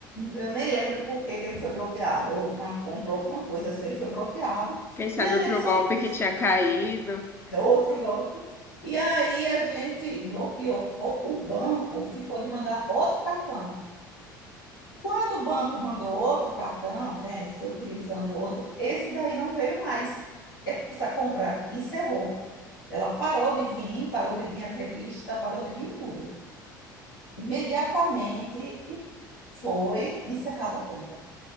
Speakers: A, on the left; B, on the left.
A: Eu nem lembro por que que ele foi bloqueado, ou uma compra, ou alguma coisa assim, ele foi bloqueado.
B: Quem sabe
A: E a
B: outro
A: gente solicitou
B: golpe que tinha caído.
A: outro golpe. E aí a gente bloqueou o banco, ficou de mandar outro cartão. Quando o banco mandou outro cartão, né, que a gente foi utilizando outro, esse daí não veio mais. Essa compra encerrou. Ela parou de vir, parou de vir as revistas, parou de vir tudo. Imediatamente foi encerrada a conta.